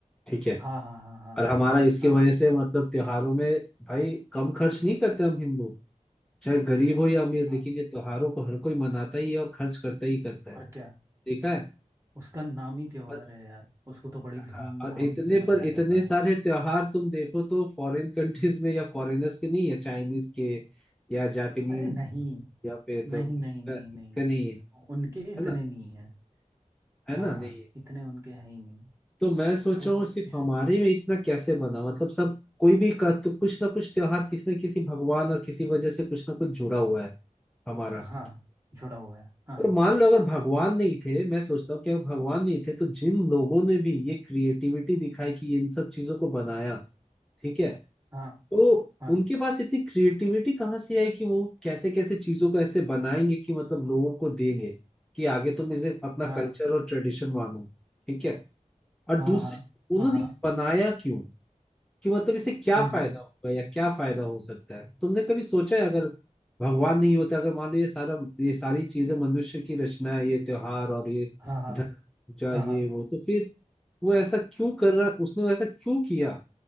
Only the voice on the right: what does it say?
हाँ हाँ हाँ हाँ
हाँ
हाँ
हाँ
और
क्या
उसका नाम ही त्योहार
है यार उसको तो बड़ी
धूमधाम
से मनाया
जाता
है
अरे नहीं
नहीं
नहीं नहीं
नहीं
उनके इतने
नहीं है
हाँ
हाँ
इतने उनके हैं ही नहीं
तो
इस
हाँ जुड़ा हुआ है हाँ
हाँ
हाँ
हाँ
हाँ
हाँ
हाँ
हाँ हाँ
हम्म
हम्म,
हाँ हाँ
हाँ
हाँ